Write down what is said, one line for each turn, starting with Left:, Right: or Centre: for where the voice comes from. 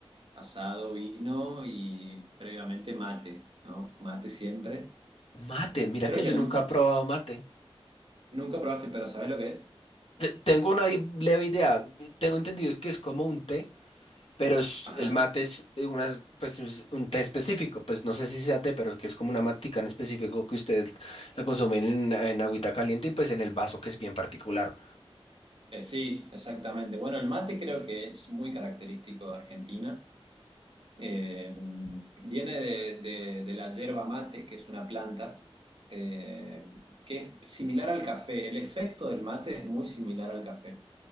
Right: asado, vino y previamente mate, ¿no? Mate siempre.
Left: Mate, mira
Right: Creo
Left: que
Right: que
Left: yo
Right: el-
Left: nunca he probado mate.
Right: nunca probaste, pero ¿sabes lo que es?
Left: Te- tengo una i- leve idea, tengo entendido que es como un té, Pero es-
Right: Ajá,
Left: el mate es eh, una, pues, es un té específico, pues no sé si sea té, pero que es como una matica en específico que ustedes la consumen en, en agüita caliente y pues en el vaso que es bien particular.
Right: eh, sí, exactamente. Bueno, el mate creo que es muy característico de Argentina. Eh, viene de, de- de la yerba mate, que es una planta eh, que es similar al café. El efecto del mate es muy similar al café.